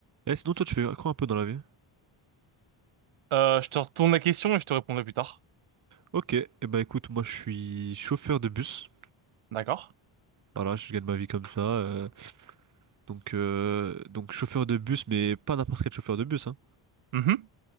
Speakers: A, on the right; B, on the right.
A: Eh, sinon, toi, tu fais quoi un peu dans la vie?
B: Euh, je te retourne la question et je te répondrai plus tard.
A: Ok, et bah écoute, moi je suis chauffeur de bus.
B: D'accord?
A: Voilà, je gagne ma vie comme ça. euh, donc, euh, donc chauffeur de bus, mais pas n'importe quel chauffeur de bus, hein.
B: Mhm.